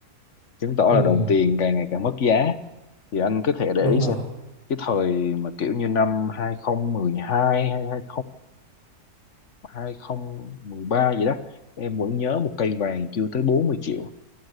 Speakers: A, on the left; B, on the right.
A: chứng tỏ
B: ừ
A: là đồng tiền càng ngày càng mất giá thì anh có thể để
B: đúng
A: ý xem
B: rồi
A: cái thời mà kiểu như năm 2012 hay 20 2013 gì đó em vẫn nhớ một cây vàng chưa tới 40 triệu